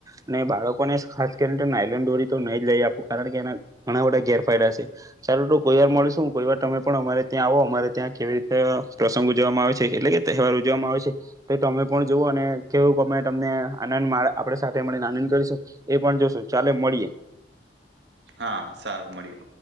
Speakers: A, on the right (about 20°); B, on the right (about 75°).
A: અને બાળકોને ખાસ કરીને નાઇલન દોરી તો નહી જ લઈ આપું કારણ કે એના ઘણા બધા ગેરફાયદા છે સારું તું કોઈ વાર મળીશ. શું કોઈ વાર તમે પણ અમારે ત્યાં આવો અમારે ત્યાં કેવી રીતે પ્રસંગ ઉજવામાં આવે છે એટલે કે તહેવાર ઉજવામાં આવે છે તો તમે પણ જુઓ અને કેવુંમે તમને આનંદ આપણે સાથે મળીને આનંદ કરીશું એ પણ જોશું ચાલે મળીએ.
B: હા સારું મળીએ.